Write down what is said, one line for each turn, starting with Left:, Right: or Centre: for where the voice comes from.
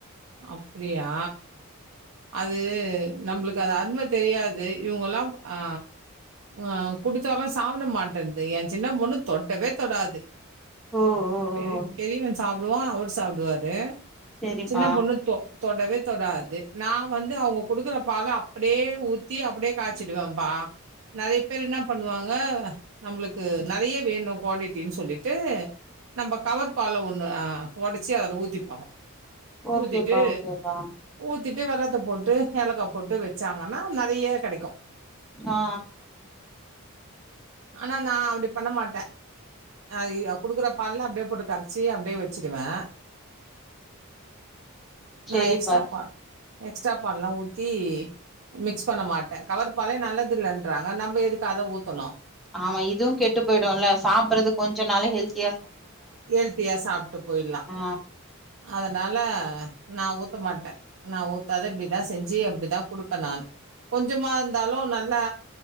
Right: அப்டியா அது நம்புளுக்கு அது அரும தெரியாது இவுங்கல்லாம் ஆ அ குடுத்தாலும் சாப்ட மாட்டன்து என் சின்ன பொண்ணு தொடவே தொடாது
Centre: ஓ ஓ
Right: பெரி
Centre: ஓ
Right: பெரியவ சாப்டுவா அவர் சாப்டுவாரு
Centre: செரிப்பா
Right: சின்ன பொண்ணுத்தோ தொடவே தொடாது நா வந்து அவுங்க குடுக்குற பால அப்டியே ஊத்தி அப்டியே காச்சிடுவம்ப்பா நெறைய பேர் இன்னா பண்ணுவாங்க நம்ளுக்கு நெறைய வேணு குவான்டிடின் சொல்லிட்டு நம்ப கவர் பால ஒன்னு ஒடச்சி அதுல ஊத்திப்பொ
Centre: ஓகேப்பா
Right: ஊத்திட்டு
Centre: ஓகேப்பா
Right: ஊத்திட்டு வெள்ளத்த போட்டு ஏலக்கா போட்டு வெச்சாங்கன்னா நெறையா கெடைக்கு
Centre: ஆ ஆ
Right: ஆனா நா அப்படி பண்ண மாட்டே நாளைக்கு குடுக்குற பால்ல அப்டியே போட்டு கரச்சி அப்டியே வச்சிடுவே
Centre: செரிப்பா
Right: நா எக்ஸ்ட்ரா பால் எக்ஸ்ட்ரா பால்லா ஊத்தி மிக்ஸ் பண்ண மாட்டே கவர் பாலே நல்லது இல்லேன்றாங்க நம்ம எதுக்கு அத ஊத்தணு
Centre: ஆமா இதுவு கெட்டு போயிடும்ல்ல சாப்படுறது கொஞ்ச நாளும் ஹெல்த்
Right: ஹெல்த்தியா சாப்பிட்டு போயிட்லா
Centre: ஆ
Right: அதனால நா ஊத்த மாட்டே நா ஊத்தாத இப்டிதா செஞ்சு அப்டிதா குடுப்பேன் நானு கொஞ்சமா இருந்தாலும் நல்லா